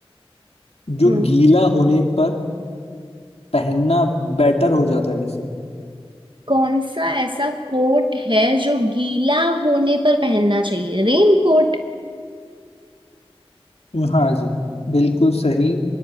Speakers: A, on the left; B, on the right.
A: जो
B: हम्म
A: गीला होने पर पहनना बेटर हो जाता है जैसे
B: कौन सा ऐसा कोट है जो गीला होने पर पहनना चाहिए Rain coat
A: हाँ जी बिल्कुल सही